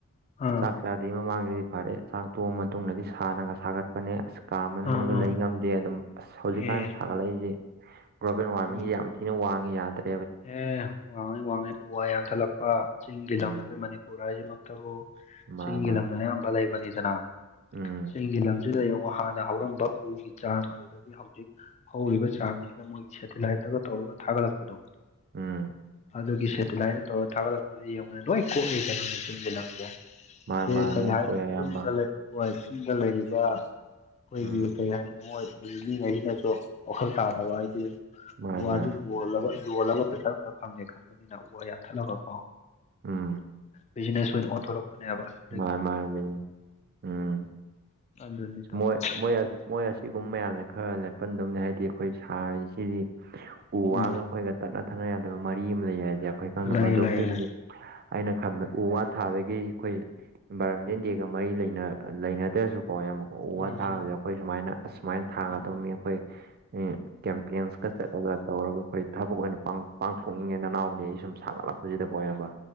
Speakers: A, on the left (about 30°); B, on the right (about 45°).
A: ꯑꯥ
B: ꯆꯥꯛ ꯆꯥꯗꯔꯤ ꯃꯃꯥꯡꯗꯗꯤ ꯐꯔꯦ ꯆꯥꯛ ꯇꯣꯛꯑꯕ ꯃꯇꯨꯡꯗꯗꯤ ꯁꯥꯟꯅꯒ ꯁꯥꯒꯠꯄꯅꯦ ꯑꯁ ꯀꯥ ꯃꯅꯨꯡꯗꯒ
A: ꯑꯥ ꯑꯥ
B: ꯂꯩ ꯉꯝꯗꯦ ꯑꯗꯨꯝ ꯑꯁ ꯍꯧꯖꯤꯛꯀꯥꯟ
A: ꯑꯦ
B: ꯁꯥꯒꯠꯂꯛꯏꯁꯦ ꯒ꯭ꯂꯣꯕꯦꯜ ꯋꯥꯔꯃꯤꯡꯁꯦ
A: ꯎꯝ
B: ꯌꯥꯝ ꯊꯤ ꯊꯤꯅ ꯋꯥꯡꯉꯦ ꯌꯥꯗ꯭ꯔꯦ
A: ꯑꯦ ꯋꯥꯡꯉꯤ ꯋꯥꯡꯉꯤ ꯎ ꯋꯥ ꯌꯥꯟꯊꯠꯂꯛꯄ ꯆꯤꯡꯒꯤ
B: ꯎꯝ
A: ꯂꯝ ꯑꯩꯈꯣꯏ ꯃꯅꯤꯄꯨꯔ ꯍꯥꯏꯁꯤꯃꯛꯇꯕꯨ
B: ꯃꯥ
A: ꯆꯤꯡꯒꯤ
B: ꯃꯥ
A: ꯂꯝ ꯑꯌꯥꯝꯕꯥ ꯂꯩꯕꯅꯤꯗꯅ
B: ꯎꯝ
A: ꯆꯤꯡꯒꯤ ꯂꯝ ꯑꯁꯤꯗ ꯌꯦꯡꯉꯣ ꯍꯥꯟꯅ ꯍꯧꯔꯝꯕ ꯎꯒꯤ ꯆꯥꯡ ꯑꯗꯨꯗꯒꯤ ꯍꯧꯖꯤꯛ ꯍꯧꯔꯤꯕ ꯆꯥꯡꯁꯤꯒ ꯃꯣꯏꯒꯤ ꯁꯦꯇꯤꯂꯥꯏꯠꯇꯒ ꯇꯧꯔꯒ ꯊꯥꯒꯠꯂꯛꯄꯗꯣ
B: ꯎꯝ
A: ꯑꯗꯨꯒꯤ ꯁꯦꯇꯦꯂꯥꯏꯠꯅ ꯇꯧꯔꯒ ꯊꯥꯒꯠꯂꯛꯄꯗ ꯌꯦꯡꯉꯨꯅꯤ ꯂꯣꯏ ꯀꯣꯛꯏ ꯀꯩꯅꯣꯅꯦ ꯆꯤꯡꯒꯤ ꯂꯝꯁꯦ
B: ꯃꯥ
A: ꯁꯤ
B: ꯃꯥ
A: ꯀꯩ
B: ꯂꯣꯏ
A: ꯍꯥꯏꯅꯤ
B: ꯀꯣꯛꯑꯦ ꯑꯌꯥꯝꯕ
A: ꯆꯤꯡꯗ ꯂꯩ ꯑꯩꯈꯣꯏ ꯆꯤꯡꯗ ꯂꯩꯔꯤꯕ ꯑꯩꯈꯣꯏꯒꯤ
B: ꯎꯝ
A: ꯀꯔꯤ ꯍꯥꯏꯅꯤ ꯃꯣꯏ ꯂꯩꯔꯤ ꯃꯤꯒꯩꯖꯤꯅꯁꯨ ꯋꯥꯈꯜ ꯇꯥꯗꯕ ꯍꯥꯏꯗꯤ
B: ꯃꯥꯅꯦ
A: ꯎꯋꯥꯖꯤ
B: ꯃꯥꯅꯦ
A: ꯌꯣꯜꯂꯒ ꯌꯣꯜꯂꯒ ꯄꯩꯁꯥ ꯐꯖ ꯐꯪꯉꯦ ꯈꯪꯕꯅꯤꯅ ꯎ ꯋꯥ ꯌꯥꯟꯊꯠꯂꯒ ꯀꯣ
B: ꯎꯝ
A: ꯕꯤꯖꯤꯅꯦꯁ ꯑꯣꯏꯅ ꯑꯣꯟꯊꯣꯔꯛꯄꯅꯦꯕ ꯑꯁ
B: ꯃꯥꯥꯏ ꯃꯥꯥꯏ ꯃꯤ ꯎꯝ
A: ꯑꯗꯨꯅꯤ ꯇꯧꯔꯤꯁꯦ
B: ꯃꯣꯏ ꯃꯣꯏ ꯃꯣꯏ ꯁꯤꯒꯨꯝꯕ ꯃꯌꯥꯝꯖꯦ ꯈꯔ ꯂꯦꯞꯄꯟꯗꯕꯅꯦ ꯍꯥꯏꯗꯤ ꯑꯩꯈꯣꯏ ꯁꯥꯔꯤꯁꯤꯗꯤ ꯎ
A: ꯎꯝ
B: ꯋꯥꯒ ꯑꯩꯈꯣꯏꯒ ꯇꯠꯅ ꯊꯥꯅ ꯌꯥꯗꯕ ꯃꯔꯤ ꯑꯃ ꯂꯩ ꯍꯥꯏꯁꯦ ꯑꯩꯈꯣꯏ ꯈꯪꯅ
A: ꯂꯩ
B: ꯃꯗꯨ
A: ꯂꯩ
B: ꯑꯩꯈꯣꯏꯒꯤ
A: ꯂꯩ
B: ꯑꯩꯅ ꯈꯟꯕꯗ ꯎ ꯋꯥ ꯊꯥꯕꯒꯤ ꯑꯩꯈꯣꯏ ꯏꯟꯚꯥꯏꯔꯣꯟꯃꯦꯟ ꯗꯦꯒ ꯃꯔꯤ ꯂꯩꯅ ꯂꯩꯅꯗ꯭ꯔꯁꯨꯀꯣ ꯌꯥꯝ ꯎ
A: ꯎꯝ
B: ꯋꯥ ꯊꯥꯕꯖꯦ
A: ꯎꯝ
B: ꯑꯩꯈꯣꯏ ꯁꯨꯃꯥꯏꯅ ꯑꯁꯨꯃꯥꯏꯅ ꯊꯥꯒꯗꯝꯃꯤ
A: ꯎꯝ
B: ꯑꯩꯈꯣꯏ ꯀꯦꯝꯄꯦꯟꯁꯀ ꯆꯠꯂꯒ ꯇꯧꯔꯒ ꯑꯩꯈꯣꯏ ꯊꯕꯛ ꯑꯣꯏꯅ ꯄꯥꯡ ꯄꯥꯡꯊꯣꯛꯅꯤꯡꯉꯦ ꯅꯅꯥꯎꯗꯤ ꯑꯩ ꯁꯨꯝ ꯁꯥꯒꯠꯂꯛꯄꯁꯤꯗꯀꯣ ꯏꯌꯥꯝꯕ